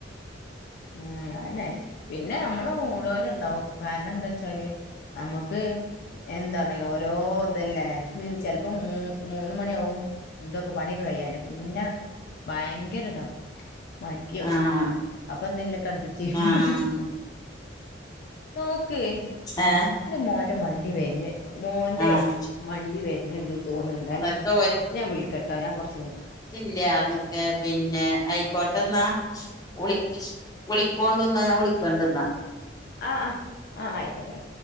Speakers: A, on the left; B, on the left.
A: ഉം അയെന്നെ പിന്നെ അമ്മളെ മൂട് പോലെണ്ടാവും കാരണംന്താ വെച്ചാല് നമുക്ക് എന്താണ് ഓരോ അതല്ലേ ഹ് ചെൽപ്പോ മൂ മൂന്ന്മണിയാവും ഇതൊക്കെ പണി കഴിയാന് പിന്നെ ഭയങ്കരതാ മടിയാവും.
B: ആഹ്
A: അപ്പൊ എന്തെങ്കിലുമൊക്കെ അഡ്ജസ്റ്റ് ചെയ്യും
B: ആഹ്
A: ഓക്കെ
B: ഏഹ്
A: ഇന്റെ മോന്റെ വണ്ടി വെര്ണ് മോന്റെ
B: ആഹ്
A: വണ്ടി വെര്ണ്ണ്ണ്ട് തോന്ന്ണ്ടേ
B: എന്നൊക്കെ
A: ഞാൻ വിളിക്കട്ടോ ഞാൻ കുറച്ച്ക
B: ഇല്ല ന്ന്ക്കെ പിന്നെ ആയിക്കോട്ടെന്നാ. വുളി വുളിക്കൊണ്ടുന്ന ഞാൻ വിളിക്കണ്ട്ന്നാ
A: ആഹ് ആഹ് ആഹ് ആയിക്കോട്ടെ